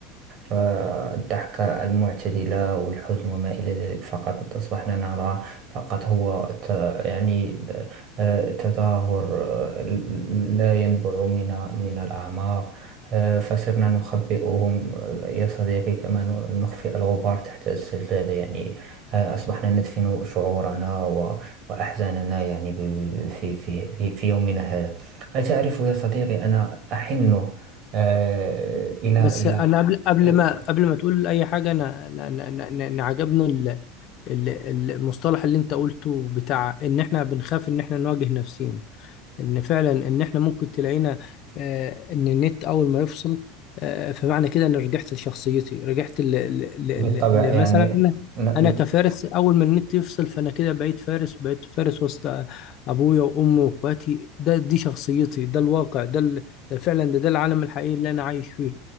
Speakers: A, on the right; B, on the left.
A: فالضحكة المعتدلة والحزن وما إلى ذلك فقط أصبحنا نرى فقط هو ت- يعني آه، تظاهر آه، لا ينبع من من الأعماق آه، فصرنا نخبئهم يا صديقي كما ن- نخفي الغبار تحت السجادة يعني آه، أصبحنا ندفن شعورنا و- وأحزاننا يعني ب- في في في في يومنا هذا أتعرف يا صديقي أنا أحن آه، إلى
B: بس
A: إلى
B: انا قبل قبل
A: آه،
B: ما قبل ما تقول اي حاجة انا انا انا أنا- أنا- أنا عجبني ال- ال- المصطلح اللي انت قلته بتاع ان احنا بنخاف ان احنا نواجه نفسينا ان فعلا ان احنا ممكن تلاقينا آه، ان النت اول ما يفصل آه، فمعنى كده ان رجعت لشخصيتي رجعت ل- ل- ل-
A: بالطبع
B: ل- لمثلا
A: يعني
B: انا
A: ن-
B: انا
A: ن-
B: كفارس اول ما النت يفصل فانا كده بقيت فارس بقيت فارس وسط ابويا وامي واخواتي ده دي شخصيتي ده الواقع ده ال- ده فعلا ده ده العالم الحقيقي اللي انا عايش فيه